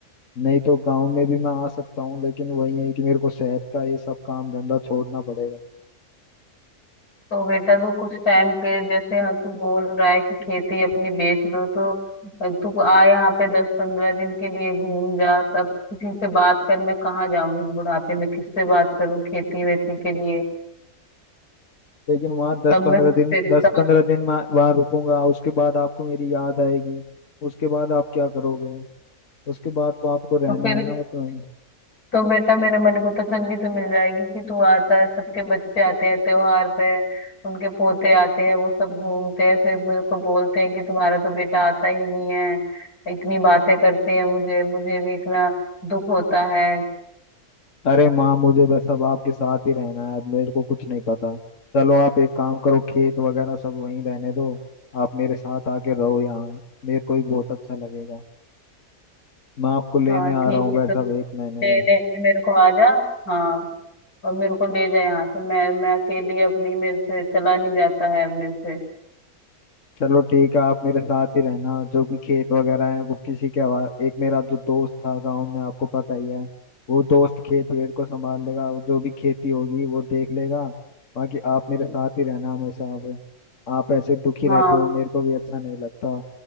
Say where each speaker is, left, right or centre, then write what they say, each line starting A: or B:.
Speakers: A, on the left (about 55°); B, on the left (about 85°).
A: नहीं तो गांव में भी मैं आ सकता हूँ लेकिन वही है कि मेरे को शहर का ये सब काम धंधा छोड़ना पड़ेगा
B: तो बेटा तू कुछ टाइम के जैसे हाँ तू बोल रहा है कि खेती अपनी बेच दो तो तू आ यहाँ पे दस पंद्रह दिन के लिए घूम जा तब किसी से बात कर मैं कहाँ जाऊँ इस बुढ़ापे में किससे बात करूँ खेती वेती के लिए
A: लेकिन वहाँ दस
B: तब
A: पंद्रह
B: मैं फिर
A: दिन
B: तेरे
A: दस
B: साथ
A: पंद्रह दिन मैं वहाँ रुकूंगा उसके बाद आपको मेरी याद आएगी उसके बाद आप क्या करोगे उसके बाद तो आपको रहना
B: तो फिर
A: है ना मतलब
B: तो बेटा मेरे मन को तसल्ली तो मिल जाएगी कि तू आता है सबके बच्चे आते हैं त्योहार पे उनके पोते आते हैं वो सब घूमते हैं फिर मेरे को बोलते हैं कि तुम्हारा तो बेटा आता ही नहीं है इतनी बातें करते हैं मुझे मुझे भी इतना दुख होता है
A: अरे माँ मुझे बस अब आपके साथ ही रहना है अब मेरे को कुछ नहीं पता चलो आप एक काम करो खेत वगैरह सब वहीं रहने दो आप मेरे साथ आके रहो यहाँ मेरे को भी बहुत अच्छा लगेगा मैं आपको लेने
B: हाँ ठीक
A: आ रहा हूँ
B: है
A: वैसा
B: तो
A: एक महीने
B: लेने
A: में
B: मेरे को आ जा हाँ और मेरे को ले जा यहाँ से मैं मैं अकेली अब नहीं मेरे से चला नहीं जाता है अब मेरे से
A: चलो ठीक है आप मेरे साथ ही रहना जो भी खेत वगैरह है वो किसी के हवा एक मेरा जो दोस्त था गांव में आपको पता ही है वो दोस्त खेत वेत को संभाल लेगा वो जो भी खेती होगी वो देख लेगा बाकी आप मेरे साथ ही रहना हमेशा अब आप ऐसे दुखी
B: हाँ
A: रहते हो मेरे को भी अच्छा नहीं लगता